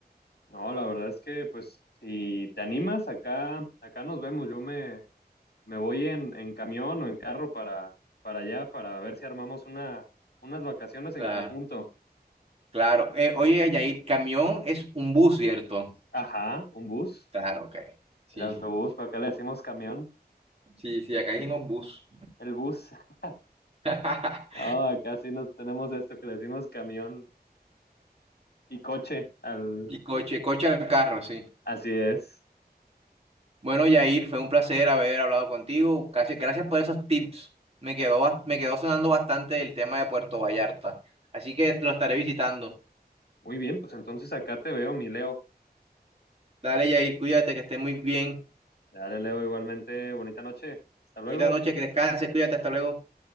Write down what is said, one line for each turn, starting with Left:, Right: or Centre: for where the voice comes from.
Left: No, la verdad es que, pues, si te animas, acá, acá nos vemos. Yo me, me voy en, en camión o en carro para, para allá para ver si armamos una, unas vacaciones
Right: Claro,
Left: en conjunto.
Right: claro. Eh, oye, Yair, camión es un bus, ¿cierto?
Left: Ajá, un bus,
Right: Claro, ok. Sí,
Left: el autobús, pero acá le decimos camión,
Right: sí, sí, acá dijimos bus.
Left: el bus. <laughs>
Right: <laughs>
Left: Ah, acá sí no tenemos esto que le decimos camión y coche. Al...
Right: Y coche, coche al carro, sí.
Left: Así es.
Right: Bueno, Yair, fue un placer haber hablado contigo. Casi- Gracias por esos tips. Me quedó, bas- me quedó sonando bastante el tema de Puerto Vallarta. Así que lo estaré visitando.
Left: Muy bien, pues entonces acá te veo, mi Leo.
Right: Dale, Yair, cuídate, que estés muy bien.
Left: Dale, Leo, igualmente, bonita noche. Hasta luego.
Right: Bonita noche, que descanses, cuídate, hasta luego.